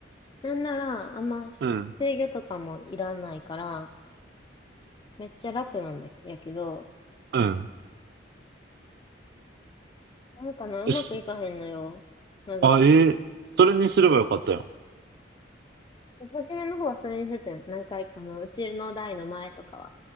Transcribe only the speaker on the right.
うん。
うん。
え、す、
あ、えーそれにすればよかったよ。